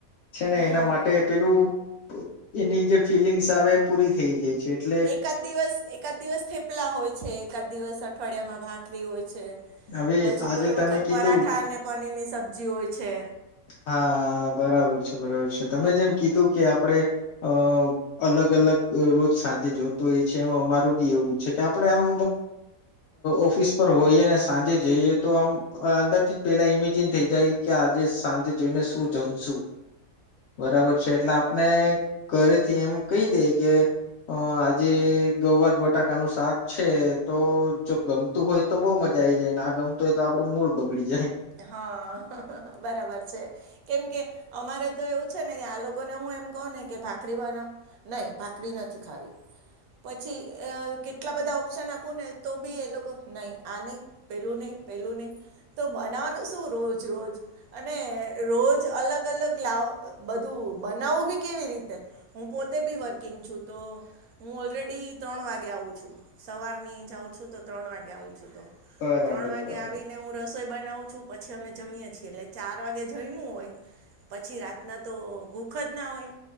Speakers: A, on the left; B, on the right.
A: છે ને
B: હમ
A: એના માટે પેલું. એની જે ફિલિંગ્સ આવે પૂરી થઈ જાય છે. એટલે
B: એકાદ દિવસ એકાદ દિવસ થેપલા હોય છે એકાદ દિવસ અઠવાડિયામાં ભાખરી હોય છે.
A: હવે
B: પછી
A: આજે
B: કોઈ વખત
A: તમે કીધું
B: પરાઠા અને પનીર ની સબ્જી હોય છે
A: હા બરાબર છે બરાબર છે. તમે જેમ કીધું કે આપડે અ અલગ અલગ રોજ સાંજે જોતું હોય છે એ મારું બી એવું છે કે આપડે આમ ઓફિસ પર હોઈને સાંજે જઈએ તો આમ અંદર થી પેલા ઈમેજિન થઇ જાય. કે આજે સાંજે જઈને શું જમશું બરાબર છે એટલે આપને ઘરેથી એમ કઈ દ કે અ આજે ગૌબર બટાકાનું શાક છે તો જો ગમતું હોય તો બઉ મ જાય જાય ના ગમતોું હોય તો આપડું મૂળ બગડી જાય.
B: હા બરાબર છે કેમ કે અમારે તો એવું છે ને કે આ લોકોને હું એમ કહ ને કે ભાખરી બનાવ નહી ભાખરી નથી ખાવી. પછી કેટલા બધા આપને તો બી એ લોકો નહી આ નહી પેલું નહી પેલું નહી તો બ રોજ રજ અને રોજ અલગ અલગ લ બું બ આવું બી કેવી રીતે હું પોતે બી વર્કિંગ છું. તો હું ઓલરેડી ત્રણ વાગે આવું છું સવારની જાઉં છું તો ત્રણ વાગે આવું છું.
A: બરાબર
B: ત્રણ વાગે
A: બરાબર
B: આવીને હું રસોઈ બનાવ. પછી અમે જમીએ છીએ એટલે ચાર વાગે જયું હોય. પછી રાતના તો ભૂખ જ ના હોય.